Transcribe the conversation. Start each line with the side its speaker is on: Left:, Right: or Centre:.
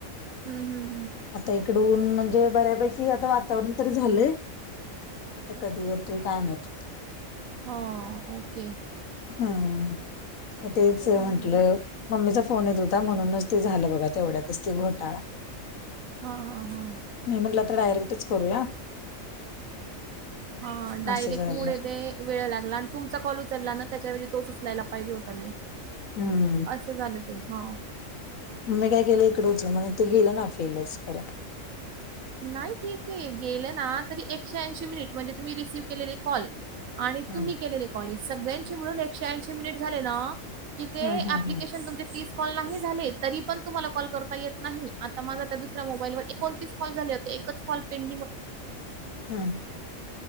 Right: हम्म हम्म हम्म
Left: आता इकडं ऊन म्हणजे बऱ्यापैकी आता वातावरण तरी झालंय. आता कधी येतोय काय माहीत.
Right: हा ओके
Left: हम्म मग तेच
Right: ते
Left: म्हटलं.
Right: आहे म्हणा.
Left: मम्मीचा फोन येत होता, म्हणूनच ते झालं बघा तेवढ्यातच ती घोटाळा.
Right: हा हा हा
Left: मी म्हटलं आता डायरेक्टच करूया.
Right: हा डायरेक्ट
Left: असं झालं
Right: मुड ते. वेळ लागला, आणि तुमचा कॉल उचलला ना त्याच्या वेळी तोच उचलायला पाहिजे होता मी.
Left: हम्म
Right: असं झालं ते हा.
Left: मी काय केलं इकडे उचलं नाय ते गेलं ना फेलच करा.
Right: नाही ठीक आहे. गेलं ना तरी एकशे ऐंशी मिनिट म्हणजे तुम्ही रिसीव्ह केलेले कॉल. आणि
Left: हम्म
Right: तुम्ही केलेले कॉलेज सगळ्यांचे म्हणून एकशे ऐंशी मिनिट झाले ना. कि ते
Left: हम्म हम्म
Right: अप्लिकेशन
Left: हम्म
Right: तुम्हचे तीस काॅल, कॉल नाही झाले, तरी पण तुम्हाला कॉल करता येत नाही आता माझा त्या दुसऱ्या मोबाईलवर एकोणतीस कॉल- <inaudible> हा
Left: हम्म